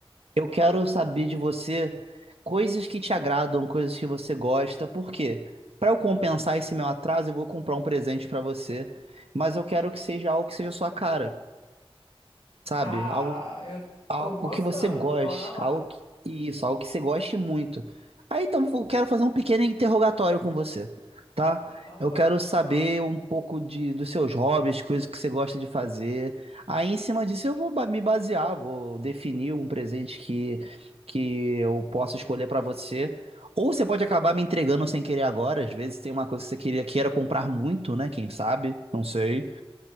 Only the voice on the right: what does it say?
Eu quero saber de você coisas que te agradam, coisas que você gosta. Por quê? Para eu compensar esse meu atraso, eu vou comprar um presente para você, mas eu quero que seja algo que seja a sua cara, sabe?
Algo
Algo
que você goste,
algo que, isso, algo que você goste muito. Aí então eu quero fazer um pequeno interrogatório com você, tá?
Eu
quero saber
um pouco de, dos seus hobbies, coisas que você gosta de fazer. Aí em cima disso eu vou ba- me basear, vou definir um presente que, que eu possa escolher pra você. Ou você pode acabar me entregando sem querer agora, às vezes tem uma coisa que você queria, queira comprar muito, né? Quem sabe? Não sei.